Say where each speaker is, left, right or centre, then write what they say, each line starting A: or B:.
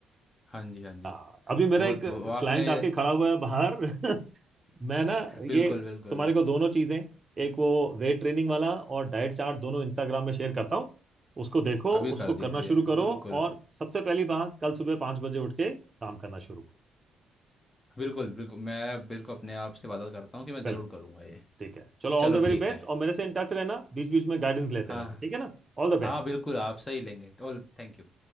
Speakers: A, on the left; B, on the right.
A: हाँ जी हाँ जी
B: हाँ अभी मेरा
A: बहुत
B: एक
A: वो आपने
B: क्लाइंट आके खड़ा हुआ है बाहर <laughs> मैं ना ये
A: बिल्कुल बिल्कुल
B: तुम्हारे को दोनों चीजें एक वो वेट ट्रेनिंग वाला और डाइट चार्ट दोनों इंस्टाग्राम में शेयर करता हूँ उसको देखो
A: अभी
B: उसको
A: कर दीजिए
B: करना शुरू करो
A: बिल्कुल
B: और सबसे पहली बात कल सुबह पाँच बजे उठ के काम करना शुरू करो।
A: बिल्कुल बिल्कुल मैं बिल्कुल अपने आप से वादा करता हूँ कि मैं
B: बिल्कुल
A: ज़रूर करूँगा ये
B: ठीक है चलो
A: चलो
B: ऑल द वेरी
A: ठीक
B: बेस्ट
A: है
B: और मेरे से इन टच रहना बीच बीच में गाइडेंस लेते
A: हाँ
B: रहना ठीक है ना All the
A: हाँ
B: best
A: बिल्कुल आपसे ही लेंगे All thank you